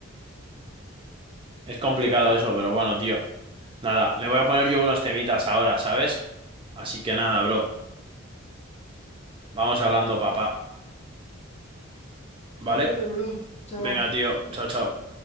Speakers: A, on the right; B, on the left.
A: Es complicado eso, pero bueno, tío. Nada, me voy a poner yo unos temitas ahora, ¿sabes? Así que nada, bro. Vamos hablando, papá. ¿Vale?
B: Dale, bro. Chao.
A: Venga, tío. Chao, chao.